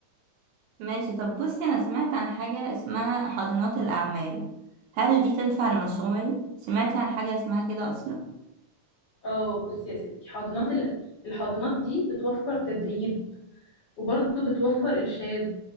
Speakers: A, on the right; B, on the left.
A: ماشي طب بصي أنا سمعت عن حاجة اسمها حاضنات الأعمال هل دي تنفع لمشروعي؟ سمعتي عن حاجة اسمها كده أصلا؟
B: اه بصي يا ستي حاضنات ال- الحاضنات دي بتوفر تدريب وبرضه بتوفر إرشاد